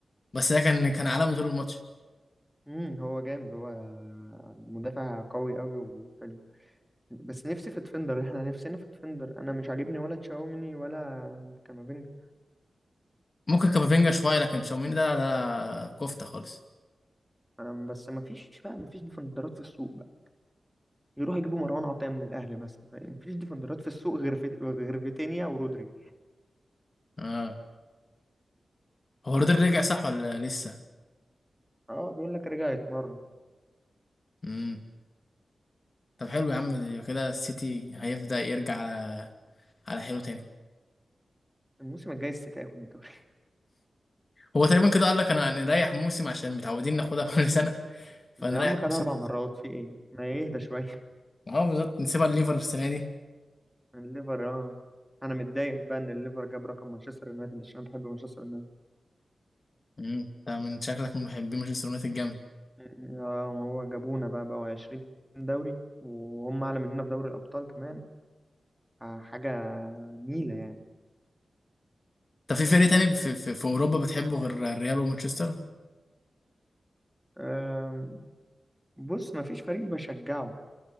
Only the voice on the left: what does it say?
بس ده كان كان عالمي طول الماتش
ممكن كامافينجا شوية لكن تشاوميني ده ده كفتة خالص
اه هو رودري رجع صح ولا لسه؟
امم طب حلو يا عم دي كده السيتي هيبدأ يرجع على على حلو تاني
هو تقريبا كده قال لك انا نريح موسم عشان متعودين ناخدها <laughs> كل سنه فنريح
نسيب
اه بالظبط نسيبها الليفر في السنه دي
مم، انت من شكلك من محبين مانشستر يونايتد جامد
طب في فريق تاني في, في, في اوروبا بتحبه غير الريال ومانشستر